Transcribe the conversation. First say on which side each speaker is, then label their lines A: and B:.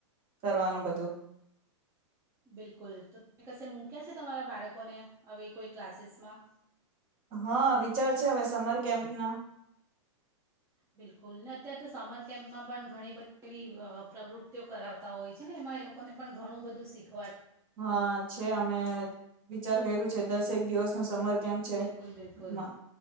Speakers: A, on the right; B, on the right.
A: કરવાનું બધું.
B: બિલકુલ તો તમે કશે મૂક્યા છે તમારા બાળકોને આવી કોઈ ક્લાસીસમાં?
A: હા વિચાર છે હવે સમર કેમ્પના.
B: બિલકુલ ને અત્યારે તો સમર કેમ્પમાં પણ ઘણી બધી પ્રવૃત્તિઓ કરાવતા હોય છે ને એમાં એ લોકોને પણ ઘણું બધું શીખ
A: હા છે અમે વિચાર કર્યું છે. દસેક દિવસ નો સમર કેમ્પ છે
B: બિલકુલ બિલકુલ
A: માં